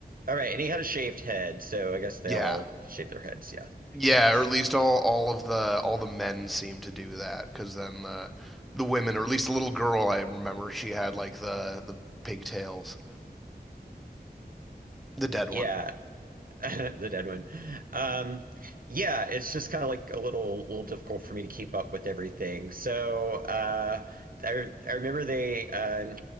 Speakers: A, on the right (about 55°); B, in the centre.
A: All right, and he had a shaved head, so I guess they
B: Yeah.
A: all shave their heads. Yeah, that makes
B: Yeah,
A: sense.
B: or at least all all of the all the men seem to do that cuz then uh the women or at least the little girl I remember she had like the the pigtails, the dead one.
A: Yeah, <laughs> the dead one. Um, yeah, it's just kind of like a little, little difficult for me to keep up with everything. So uh, I, I remember they uh,